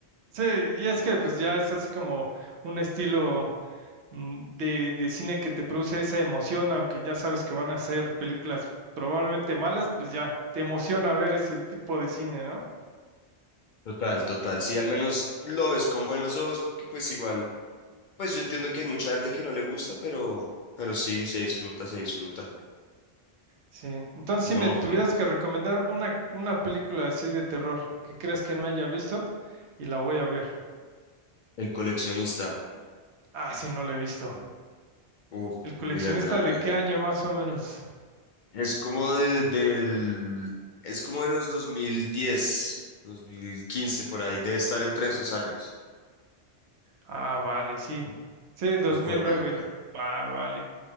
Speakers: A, on the right (about 80°); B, on the left (about 60°).
A: Sí, y es que pues ya es así como un estilo. mm, de, de cine que te produce esa emoción, aunque ya sabes que van a ser películas probablemente malas, pues ya te emociona ver ese tipo de cine, ¿no?
B: Total, total. Sí, al menos lo ves con buenos ojos porque pues igual, pues yo entiendo que hay mucha gente que no le gusta, pero, pero sí, se disfruta, se disfruta.
A: Sí. Entonces,
B: No,
A: si me tuvieras que recomendar una, una película así de terror que creas que no haya visto y la voy a ver.
B: el coleccionista.
A: Ah, sí, no la he visto.
B: Uf,
A: ¿El coleccionista
B: míratela, míratela.
A: de qué año más o menos?
B: Es como del, del, es como de los dos dos mil diez dos mil quince por ahí, debe estar entre esos años.
A: Ah, vale, sí. Sí, dos
B: Es buena,
A: mil nueve
B: es buena.
A: Va, vale.